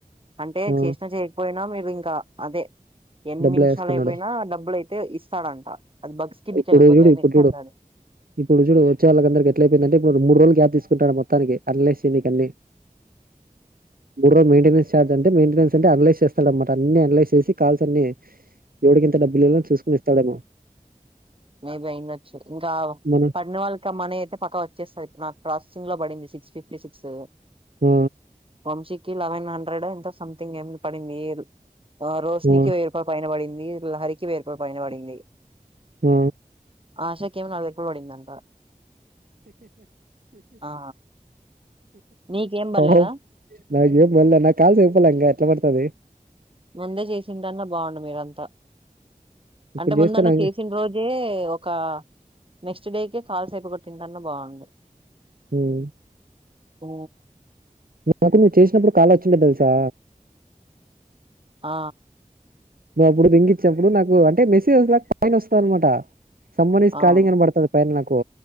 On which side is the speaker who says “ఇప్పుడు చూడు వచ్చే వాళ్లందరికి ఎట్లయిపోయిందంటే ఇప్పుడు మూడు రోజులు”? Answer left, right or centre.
Right